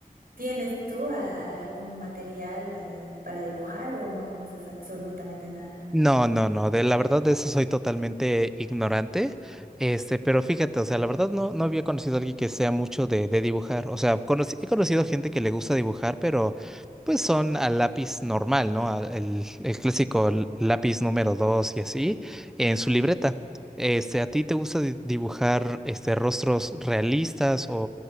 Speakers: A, on the right; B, in the centre.
A: ¿Tienes tú ah, algún material eh, para dibujar o no conoces absolutamente nada?
B: No, no, no. De la verdad de eso soy totalmente ignorante. Este, pero fíjate, o sea, la verdad no, no había conocido a alguien que sea mucho de, de dibujar. O sea, conocí- he conocido gente que le gusta dibujar, pero pues son al lápiz normal, ¿no? Al- el, el clásico l- lápiz número dos y así, en su libreta. Este, ¿a ti te gusta di- dibujar este rostros realistas